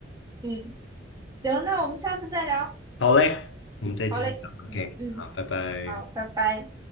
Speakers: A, on the right; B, on the left.
A: 嗯，行，那我们下次再聊，
B: 好嘞，我们再继续聊，OK，
A: 好嘞，嗯嗯，
B: 好，拜拜。
A: 好，拜拜。